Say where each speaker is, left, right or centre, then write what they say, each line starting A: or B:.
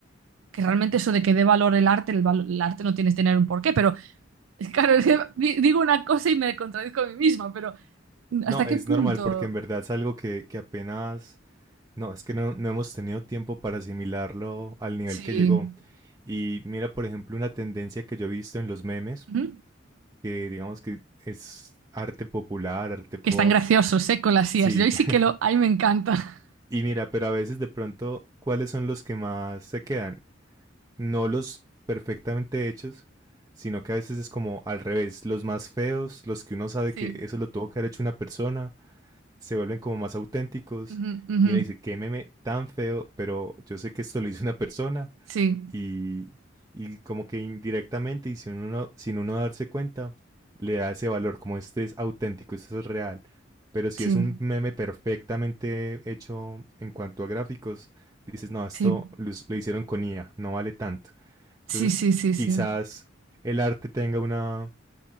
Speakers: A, on the right; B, on the right.
A: Que realmente eso de que dé valor el arte, el, valo- el arte no tienes que tener un porqué, pero <laughs> claro, es que di- digo una cosa y me contradizco a mí misma, pero
B: No,
A: ¿hasta qué
B: es
A: punto?
B: normal porque en verdad es algo que, que apenas... No, es que no, no hemos tenido tiempo para asimilarlo al nivel
A: Sí.
B: que llegó. Y mira, por ejemplo, una tendencia que yo he visto en los memes,
A: Ujú.
B: que digamos que es arte popular, arte pop.
A: Que están graciosos, ¿eh? Con las
B: Sí,
A: IAs. Yo ahí
B: <laughs>
A: sí que lo, ahí me encanta. <laughs>
B: y mira, pero a veces de pronto, ¿cuáles son los que más se quedan? No los perfectamente hechos, sino que a veces es como al revés, los más feos, los que uno sabe
A: Sí.
B: que eso lo tuvo que haber hecho una persona se vuelven como más auténticos
A: Ujú, ujú.
B: y uno dice, qué meme tan feo, pero yo sé que esto lo hizo una persona
A: Sí,
B: y, y como que indirectamente y sin uno, sin uno darse cuenta, le da ese valor, como este es auténtico, esto es real. Pero si
A: sí,
B: es un meme perfectamente hecho en cuanto a gráficos, dices, no, esto
A: sí,
B: lo, lo hicieron con IA, no vale tanto.
A: sí,
B: Entonces,
A: sí, sí, sí,
B: quizás el arte tenga una,